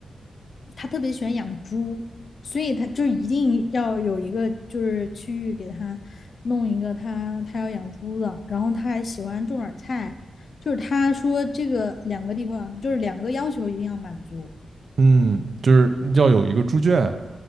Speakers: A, on the left (about 50°); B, on the right (about 50°).
A: 他特别喜欢养猪，所以他就一定要有一个就是区域给他弄一个他他要养猪的，然后他还喜欢种点菜，就是他说这个两个地方就是两个要求一定要满足，
B: 嗯，就是要有一个猪圈，